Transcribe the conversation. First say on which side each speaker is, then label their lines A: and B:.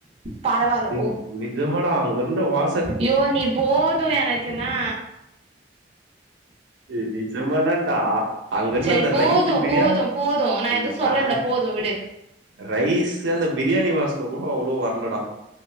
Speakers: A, on the right; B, on the right.
A: பரவால்ல
B: ஏ
A: போ
B: நிஜமாடா அங்கர்ந்த வா
A: யோ நீ போது எனக்குனா
B: ஏ நிஜம்மதான்டா அங்கர்ந்த
A: செரி
B: அந்த
A: போது
B: ரைஸு பிரியாண்
A: போது போது நா
B: இங்க
A: எதுவு சொல்லல
B: பாரு
A: போது விடு
B: ரைஸு அந்த பிரியாணி வாசன கூட அவ்ளோ வர்லடா